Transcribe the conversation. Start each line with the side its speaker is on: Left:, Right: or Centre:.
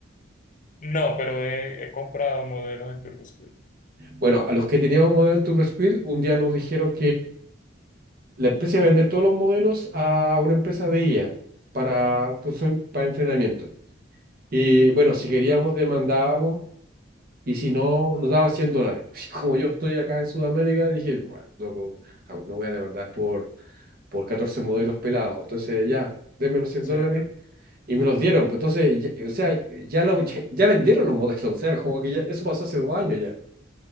Left: No, pero he, he comprado modelos en TurboSquid,
Right: Bueno, a los que teníamos modelos en TurboSquid, un día nos dijeron La empresa iba a vender todos los modelos a una empresa de IA para, pues, son- para entrenamiento. Y bueno, si queríamos, demandábamos, y si no, nos daban 100 dólares. <laughs> Como yo estoy acá en Sudamérica, dije, bueno, loco, jamás no voy a demandar por, por 14 modelos pelados. Entonces, ya, denme los cien
Left: ¿cierto?
Right: dólares. Y me los dieron, pues entonces, ya- o sea, ya, los, ya, ya vendieron los modelos, <laughs> o sea, como que ya, eso pasó hace dos años ya.